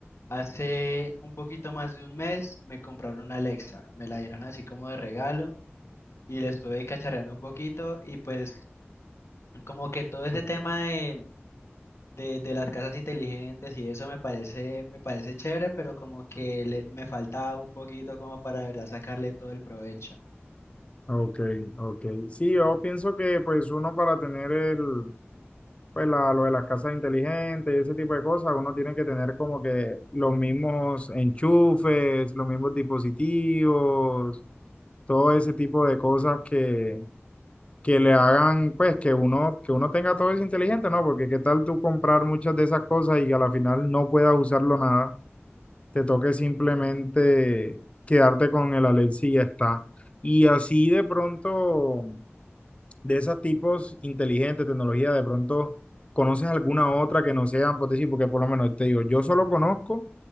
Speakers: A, on the left; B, on the left.
A: hace un poquito más de un mes me compraron una Alexa, me la dieron así como de regalo y le estuve cacharreando un poquito y pues como que todo ese tema de, de, de las casas inteligentes y eso me parece, me parece chévere, pero como que le- me faltaba un poquito como para de verdad sacarle todo el provecho.
B: Ok, ok. Sí, yo pienso que pues uno para tener el, pues la, lo de las casas inteligentes y ese tipo de cosas, uno tiene que tener como que los mismos enchufes, los mismos dispositivos, todo ese tipo de cosas que, que le hagan pues que uno, que uno tenga todo eso inteligente, ¿no? Porque qué tal tú comprar muchas de esas cosas y a la final no puedas usarlo nada. te toque simplemente quedarte con el Alexi y ya está. Y así de pronto, de esos tipos inteligentes, tecnología, de pronto conoces alguna otra que no sea, por decir, porque por lo menos te digo, yo solo conozco